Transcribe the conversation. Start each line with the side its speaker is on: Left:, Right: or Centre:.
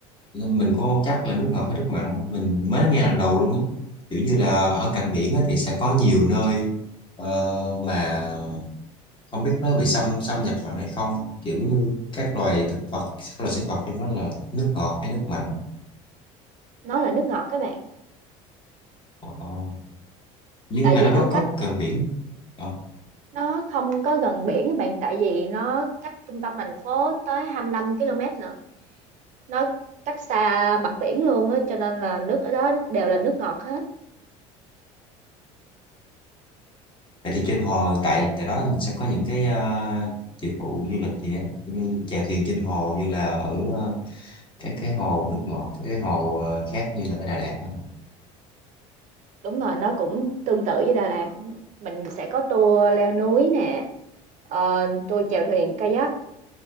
Left: mình cũng không chắc là nước ngọt hay nước mặn mình mới nghe lần đầu luôn á. Kiểu như là ở cạnh biển á, thì sẽ có nhiều nơi ờ, mà không biết nó bị xâm xâm nhập mặn hay không. Kiểu như các loài thực vật, các loài sinh vật thì nó là nước ngọt hay nước mặn.
Right: nó là nước ngọt các bạn,
Left: Ờ, Nhưng
Right: tại
Left: mà
Right: vì
Left: nó
Right: nó
Left: có
Right: cách,
Left: có gần biển. Ờ.
Right: nó không có gần biển các bạn, tại vì nó cách trung tâm thành phố tới 25 ki-lô-mét nữa nó cách xa mặt biển luôn á, cho nên là nước ở đó đều là nước ngọt hết.
Left: Vậy thì trên hồ tại tại đó mình sẽ có những cái ờ, dịch vụ du lịch gì á, giống như chèo thuyền trên hồ như là ở ờ, các cái hồ nước ngọt, các cái hồ ờ, khác như là ở Đà Lạt á.
Right: Đúng rồi, nó cũng tương tự với Đà Lạt, mình sẽ có tour leo núi nè, ờ, tour chèo thuyền kayak.